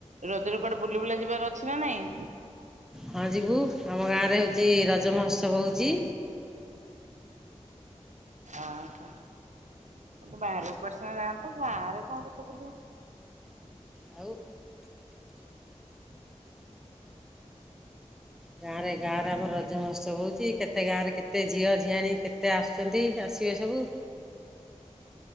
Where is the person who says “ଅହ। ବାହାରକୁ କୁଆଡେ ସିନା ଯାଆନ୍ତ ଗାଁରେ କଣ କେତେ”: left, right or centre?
Right